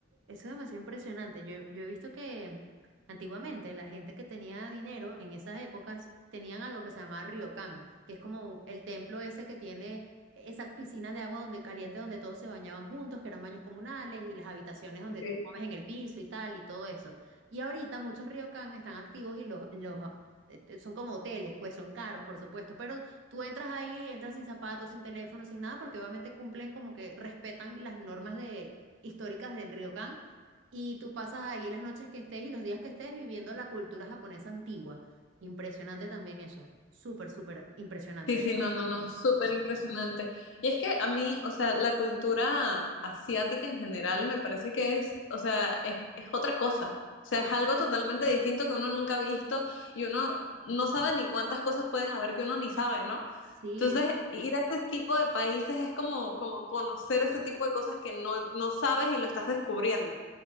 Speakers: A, on the right (about 70°); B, on the left (about 75°).
A: Eso es demasiado impresionante. Yo, yo he visto que antiguamente la gente que tenía dinero en esas épocas tenían algo que se llamaba ryokan, que es como el templo ese que tiene esas piscinas de agua donde caliente donde todos se bañaban juntos, que eran baños comunales y las habitaciones donde
B: Ok.
A: tú comes en el piso y tal y todo eso. Y ahorita muchos ryokan están activos y los, los eh, son como hoteles, pues son caros, por supuesto, pero Tú entras ahí, entras sin zapatos, sin teléfono, sin nada, porque obviamente cumplen como que respetan las normas de, históricas del Ryokan y tú pasas ahí las noches que estés y los días que estés viviendo la cultura japonesa antigua. Impresionante también eso. Súper, súper impresionante,
B: Sí,
A: de
B: sí,
A: verdad.
B: no, no, no, súper impresionante. Y es que a mí, o sea, la cultura asiática en general me parece que es, o sea, es, es otra cosa. O sea,
A: Sí.
B: es algo totalmente distinto que uno nunca ha visto y uno no sabe ni cuántas cosas pueden haber que uno ni sabe, ¿no?
A: Sí.
B: Entonces, ir a ese tipo de países es como, como conocer ese tipo de cosas que no, no sabes y lo estás descubriendo.